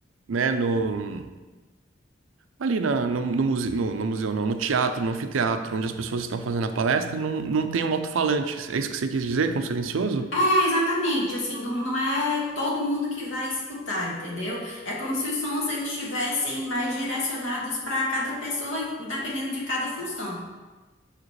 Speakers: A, on the right; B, on the left.
A: né, no ali na, no, no, muse, no, no museu não, no teatro, no anfiteatro, onde as pessoas estão fazendo a palestra, não, não tem um alto-falante. É isso que você quis dizer com silencioso?
B: É, exatamente, assim, não, não é todo mundo que vai escutar, entendeu? É como se os sons eles estivessem mais direcionados para cada pessoa, em- dependendo de cada função.